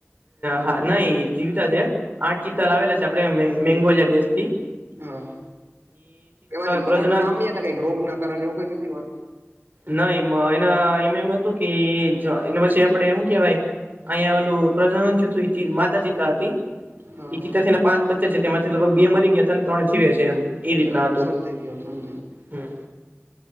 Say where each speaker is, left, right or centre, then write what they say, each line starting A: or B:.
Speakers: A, on the right; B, on the right.
A: હા નહી જીવતા છે આઠ ચિત્તા લાવેલા છે આપડે મેંગોલિયા દેશ થી
B: હા એમાંથી મરણ
A: પ્રજનન
B: પામ્યા હતા કઈક રોગ ના કારણે એવું કઈક વાત
A: ના એ એના એમ એમ હતું કે એને પછી આપડે શું કેવાય? અહીંયા ઓલું પ્રજન છું માદા ચિતા હતી
B: હા
A: એ ચિત છે ને પાચ બચ્ચે છે તેમાંથી લગભગ બે મરી ગયા હતા અને ત્રણ જીવે છે એમ એ
B: તે
A: રીતના
B: એવું કસમ
A: હતું
B: થઈ ગયો <unintelligible>
A: હમ